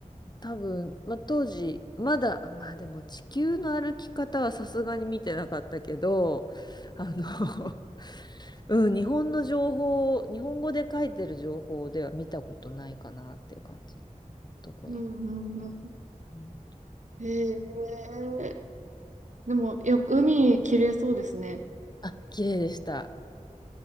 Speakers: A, on the left (about 30°); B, on the right (about 65°).
A: 多分、まあ、当時、まだ、あまあでも地球の歩き方はさすがに見てなかったけど、あの、
B: うん
A: <laughs> うん、日本の情報、日本語で書いてる情報では見たことないかなっていう感じのとこだ。
B: うんうんうん
A: うん
B: へえ。でも、やっぱ海綺麗そうですね。
A: あ、綺麗でした。